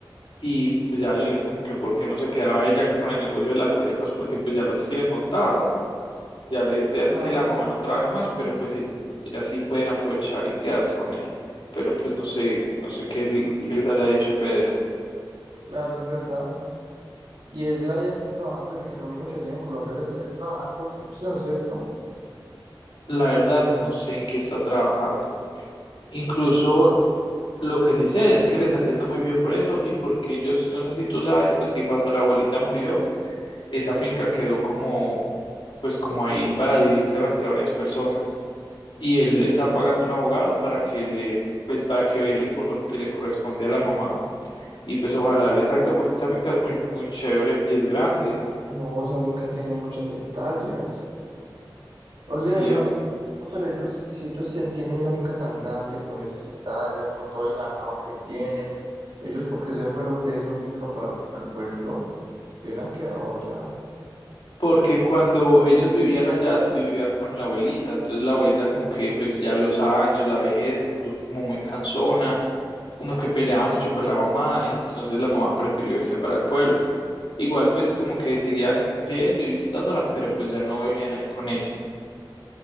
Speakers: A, on the left; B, on the right.
A: Y pues ya yo le dije como que por qué no se quedaba ella con el negocio de las arepas, porque pues ya lo tienen montado. Ya la idea es
B: Claro,
A: que la mamá no trabaje más, pero pues ella así pueden aprovechar y quedarse con él. Pero pues no sé, no sé qué, l- qué les haya dicho Pedro.
B: claro, es verdad. Y él allá está trabajando en, en lo mismo que hacía en Colombia, él, está- él trabajaba en construcción, ¿cierto?
A: La verdad no sé en qué está trabajando. Incluso
B: Porque
A: lo que sí sé es que le está yendo muy bien por eso y porque ellos, no sé si tú sabes, pues que cuando la abuelita murió, esa finca quedó como, pues como ahí para dividirse entre varias personas. y él está pagando un abogado para que le, pues para que vele por lo que le corresponde a la mamá y pues ojalá le salga porque esa finca es muy, muy chévere y es grande,
B: no, esa finca tiene muchas hectáreas. Ole,
A: sí,
B: ¿verdad?
A: o-
B: Pero ellos, si ellos se- tienen esa finca tan grande, con esas hectáreas, con todo el ganado que tienen, ellos porque se fueron de esa finca para el pueblo. Se hubieran quedado allá.
A: porque cuando ellos vivían allá t- vivían con la abuelita, entonces la abuelita como que pues ya los años, la vejez se puso como muy cansona, como que peleaba mucho con la mamá, entonces la mamá prefirió irse para el pueblo. Igual pues como que seguían yendo y visitándola, pero pues ya no vivían ahí con ella.